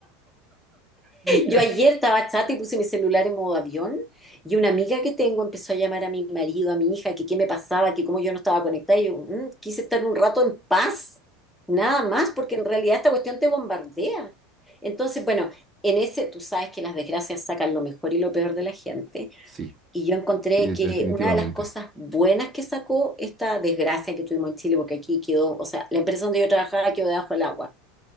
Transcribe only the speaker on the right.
<laughs> Ya.
Sí,
sí,
definitivamente.